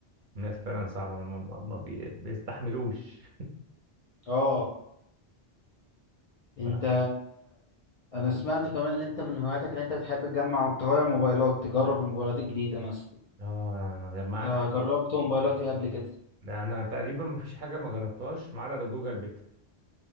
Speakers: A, on the right; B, on the left.
A: الناس فعلا صعبة ما, ما ما بي... بيستحملوش
B: اه انت
A: ف-
B: انا سمعت كمان ان انت من هواياتك ان انت بتحب تجمع تغير موبايلات تجرب الموبايلات الجديده مثلا
A: اه أنا جمعت
B: آه، جربت موبايلات ايه قبل كده
A: أنا تقريبا ما فيش حاجة ما جربتهاش ما عدا جوجل بيكسل